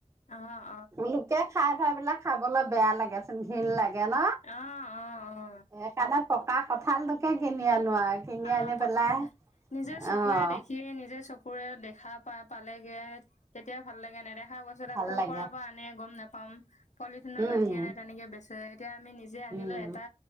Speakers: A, on the left (about 85°); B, on the right (about 25°).
A: অ', অ',
B: লোকে খাই থয় বিলাক খাবলৈ বেয়া লাগেচোন ঘিন লাগে ন।
A: আহ অ অ
B: সেইকাৰণে পকা কঁঠালটোকে কিনি আনো কিনি
A: আহ
B: আনি
A: পত
B: পেলাই
A: নিজে চকুৰে
B: অ',
A: দেখি নিজে চকু চকুৰে দেখা পা পালেগে তেতিয়াই ভাল লাগে নেদেখা বস্তু এটা
B: ভাল
A: ক'ৰ
B: লাগে
A: পৰা আনে গম নাপাম পলিথিনৰ
B: উম,
A: বান্ধি আনে তেনেকে বেছি এক তেতিয়া আমি নিজে আনিলো
B: উম,
A: এটা